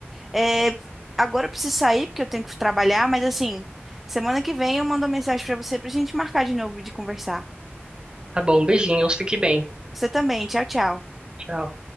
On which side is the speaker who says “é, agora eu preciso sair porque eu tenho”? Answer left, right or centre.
Centre